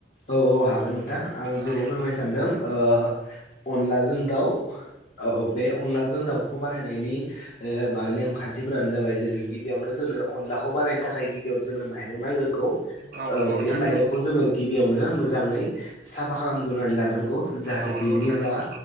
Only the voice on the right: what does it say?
औ
औ नंगौ
नोंथां नंगौ
औ
नंगौ नोंथां
नंगौ